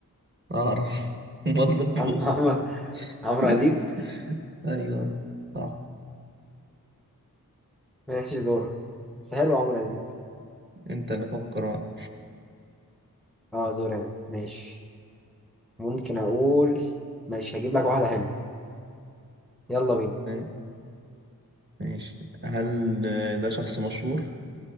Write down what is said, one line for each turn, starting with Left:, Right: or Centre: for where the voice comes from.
Right: أقرأ <laughs> مضى
Centre: عمرو
Right: بوسطة
Centre: عمرو <laughs> عمرو
Right: <laughs>
Centre: اديب
Right: أيوه صح
Centre: ماشي دورك بس حلو عمرو اديب
Right: أنت اللي فكر بقى
Centre: اه دوري أنا. ماشي ممكن اقول ماشي هجيب لك واحده حلوه يلا بينا
Right: <laughs> ماشي هل ده شخص مشهور